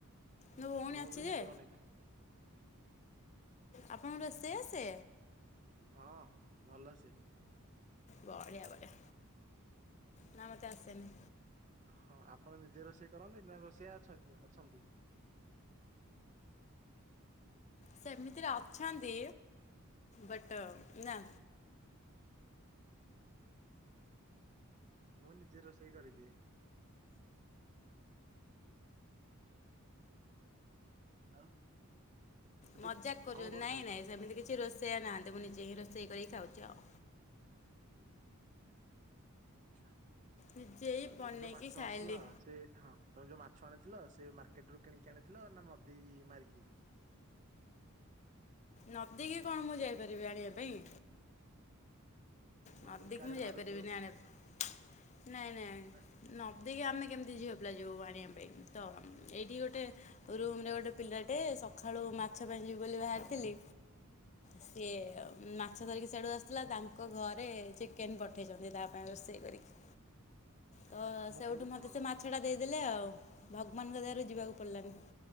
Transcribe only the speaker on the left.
ମୋ
ଭଉଣୀ
ଅଛି
ଯେ
ଆପଣଙ୍କୁ ରୋଷେଇ ଆସେ?
ବଢିଆ ବଢିଆ, ନା ମତେ ଆସେନି।
ସେମିତିରେ ଅଛନ୍ତି, ବଟ ନା
ମଜାକ କରୁଚନ୍ତି,
ନାଇଁ ନାଇଁ ସେମିତି କିଛି ରୋଷେଇଆ ନାହାନ୍ତି, ମୁଁ ନିଜେ ହିଁ ରୋଷେଇ କରିକି ଖାଉଛି ଆଉ।
ନିଜେ ହିଁ ବନେଇକି
ଖାଇଲି
ନଦୀ କି କଣ, ମୁଁ ଯାଇପାରିବି ଆଣିବା ପାଇଁ।
ନଦୀକି
ମୁଁ ଯାଇପାରିବିନି
ଆଣିବା କୁ, ନାଇଁ ନାଇଁ।
ନଦୀକୁ ଆମେ କେମିତି ଝିଅ ପିଲା ଯିବୁ ଆଣିବା ପାଇଁ, ତ ଏଇଠି ଗୋଟେ ରୁମ ରେ ଗୋଟେ ପିଲାଟେ ସକାଳୁ ମାଛ ପାଇଁ ଯିବି ବୋଲି ବାହାରିଥିଲି ସିଏ ମାଛ ଧରିକି ସେଆଡୁ ଆସିଥିଲା, ତାଙ୍କ ଘର ଏବେ ଚିକେନ୍ ପଠେଇଛନ୍ତି ତା ପାଇଁ ରୋଷେଇ କରି କି
ତ
ସେଉଠୁ
ମତେ
ସେ ମା ସେଟା ଦେଇଦେଲେ ଆଉ, ଭଗବାନଙ୍କ ଦୟାରୁ
ଯିବାକୁ ପଡ଼ିଲାନି।